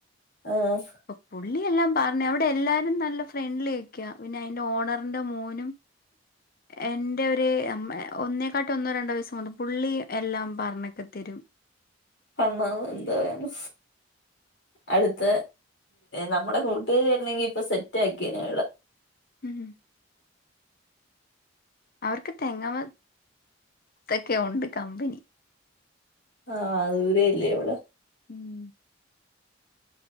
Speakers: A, on the left (about 65°); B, on the left (about 50°).
A: ആഹ്
B: ഇപ്പൊ പുള്ളിയെല്ലാം പറഞ്ഞു അവിടെ എല്ലാരും നല്ല ഫ്രണ്ട്ലി ഒക്കേയാ പിന്നെ അയിന്റെ ഓണറിന്റെ മോനും
A: <inaudible>
B: എന്റെ ഒരു ഒന്നേക്കാട്ടി ഒന്നോ രണ്ടോ വയസ്സ് <unintelligible> പുള്ളി എല്ലാം പറഞ്ഞൊക്കെ തരും
A: അന്നാന്ന് എന്താ പറയാന് അടുത്ത നമ്മുടെ കൂട്ടുകാരി അല്ലെങ്കി ഇപ്പൊ സെറ്റ് ആക്കിയെനേ
B: ഉം ഉ അവർക്ക് തെങ്ങമ്മ ത്തൊക്കെ ഉണ്ട് കമ്പനി
A: ആഹ് <unintelligible>
B: <inaudible>